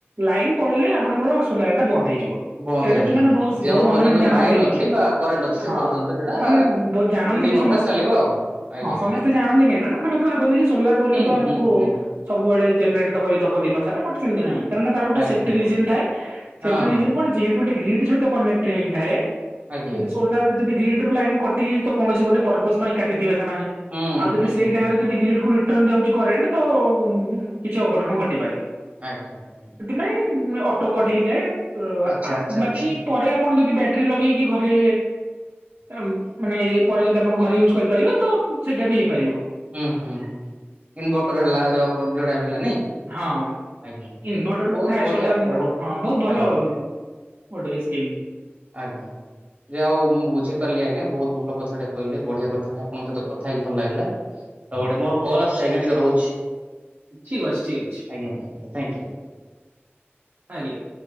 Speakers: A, on the right; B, on the right.
A: ଲାଇନ ପଳେଇଲେ ଆପଣଙ୍କର ସୋଲାର ଟା ବନ୍ଦ ହେଇଯି
B: ବନ୍ଦ
A: ଏଇଟା
B: ହେଇଯିବ
A: ଯୋଉମାନେ ବହୁତ
B: ଯେଉଁ
A: ବହୁତ
B: ପର୍ଯ୍ୟନ୍ତ
A: ଅନ୍ୟମାନେ ଜାଣନ୍ତିନି
B: ଲାଇନ ଅଛି
A: କିନ୍ତୁ
B: ବା କରେଣ୍ଟ ଅଛି ସେ
A: ହଁ।
B: ପର୍ଯ୍ୟନ୍ତ ସେଇଟା
A: ମାନେ ବହୁତ ଜାଣନ୍ତିନି
B: ଗ୍ରେଡିଙ୍ଗ ଅନୁସାରେ
A: ସମସ୍ତେ।
B: ଚାଲିବ ଆଉ ଆଜ୍ଞା
A: ହଁ ସମସ୍ତେ
B: ଆଜ୍ଞା
A: ଜାଣନ୍ତି ନି ନା ସେମାନେତ ଭାବନ୍ତି କି ସୋଲାର ବୋଲି
B: ହୁଁ
A: ତ ଆମକୁ
B: ହୁଁ ହୁଁ
A: ସବୁବେଳେ ଜେନେରେଟ ଦବ ଦବ ଦିନ ସାରା ଗୋଟେ ସେମତି ନାହିଁ। ମାନେ ତାର ଗୋଟେ
B: ଆଜ୍ଞା
A: ସେଫ୍ଟି
B: ଆଜ୍ଞା
A: ରିଜିନ୍ ଥାଏ। ସେଫ୍ଟି
B: ହଁ
A: ରିଜିନ୍ କଣ ଯେହେତୁ ଗୋଟେ ଗ୍ରୀଡ୍ ସହିତ କନେକ୍ଟ ହେଇଥାଏ।
B: ଆଜ୍ଞା
A: ଯଦି
B: ଆଜ୍ଞା
A: ସୋଲାର ଯଦି ଗ୍ରୀଡ ରୁ ଲାଇନ କଟି ଯାଇଛି ତ? କୌଣସି ଗୋଟେ ପର୍ପଜ ପାଇଁ କାଟିଥିବେ ସେମାନେ।
B: ହୁଁ
A: ଆଉ ଯଦି
B: ହୁଁ
A: ସେଇ
B: ହୁଁ
A: ଟାଇମରେ ଯଦି ଗ୍ରୀଡ କୁ ରିଟର୍ଣ ଯାଉଛି କରେଣ୍ଟ ତ କିଛି ଅଘଟଣ ଘଟିପାରେ।
B: ଆଜ୍ଞା ଆଜ୍ଞା।
A: ନାଇ ଅଟୋକଟ୍ ହେଇଯାଏ। ଓ ମାନେ
B: ଆଚ୍ଛା ଆଚ୍ଛା
A: ବାକି
B: ଆଚ୍ଛା
A: ପରେ ଆପଣ ଯଦି ବ୍ୟାଟେରୀ ଲଗେଇକି ଘରେ ତାମ୍ ମାନେ ଏ ପରେ ଯଦି ଆପଣ ଘରେ ୟୁଜ୍ କରିପାରିବେ ତ ସେଇଟା ବି ହେଇପାରିବ।
B: ହୁଁ ହୁଁ ଇନଭଟର ହେଲା ଯୋଉ କନ୍ସୁମ୍ ଡାଇଭର୍ଟ ହେଲା ନାଇଁ।
A: ହଁ।
B: ଆଜ୍ଞା
A: ଇନଭଟର
B: ବହୁତ
A: ଥାଏ
B: ବଢିଆ
A: ସୋଲାର ଇନଭଟର
B: ବହୁତ
A: ହଁ ବହୁତ ଭଲ
B: ଆଜ୍ଞା
A: ହବ ଗୋଟେ ସ୍କିମ୍।
B: ଆଜ୍ଞା। ଯା ହଉ ମୁଁ ବୁଝି ପାରିଲି ଆଜ୍ଞା। ବହୁତ ଭଲ କଥାଟେ କହିଲେ ବଢିଆ କଥାଟେ ଆପଣଙ୍କ ସହିତ କଥା ହେଇ ଭଲ ଲାଗିଲା। ତୋ ଗୋଟେ ମୋର କଲ ଆସୁଛି ଆଜ୍ଞା ଟିକେ ରହୁଛି।
A: ଠିକ୍ ଅଛି, ଠିକ୍ ଅଛି
B: ଆଜ୍ଞା ଆଜ୍ଞା ଆଜ୍ଞା ଥ୍ୟାଙ୍କ ୟୁ।
A: ଆଜ୍ଞା।